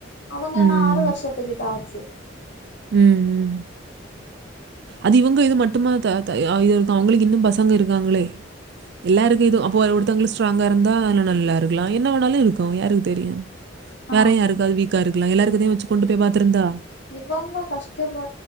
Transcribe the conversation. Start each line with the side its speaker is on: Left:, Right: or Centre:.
Left: அவங்க அனா
Right: ம்.
Left: ஆறு வருஷத்துக்கிட்ட ஆச்சு
Right: ம் ம் அது இவங்க இது மட்டுமா தா தா ஆ இது அவங்களுக்கு இன்னு பசங்க இருக்காங்களே எல்லாருக்கு இதுவு அப்போ ஒரு ஒருத்தவங்களு ஸ்ட்ராங்கா இருந்தா நல்லா இருக்கலா என்ன வேணாலு இருக்கு யாருக்கு தெரியும் வேற
Left: ஆமா
Right: யாருக்காவது வீக்கா இருக்கலா எல்லாருக்கு இதே வெச்சு கொண்டு போய் பாத்துருந்தா
Left: ரொம்ப கஷ்டப்ப